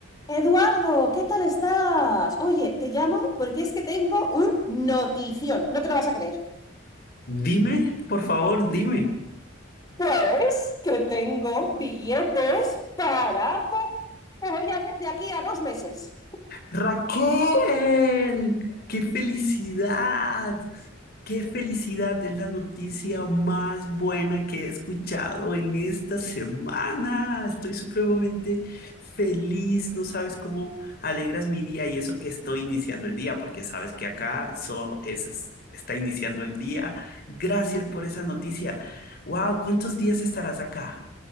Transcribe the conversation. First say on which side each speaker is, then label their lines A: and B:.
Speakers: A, on the left; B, on the left.
A: Eduardo, ¿qué tal estás? Oye, te llamo porque es que tengo un notición, no te lo vas a creer.
B: Dime, por favor, dime.
A: Pues que tengo billetes para... po- que voy a ver de aquí a dos meses.
B: Raquel, qué felicidad, qué felicidad. Es la noticia más buena que he escuchado en esta semana. Estoy supremamente feliz. No sabes cómo alegras mi día y eso que estoy iniciando el día, porque sabes que acá so- es, es- está iniciando el día. Gracias por esa noticia. Wow, ¿cuántos días estarás acá?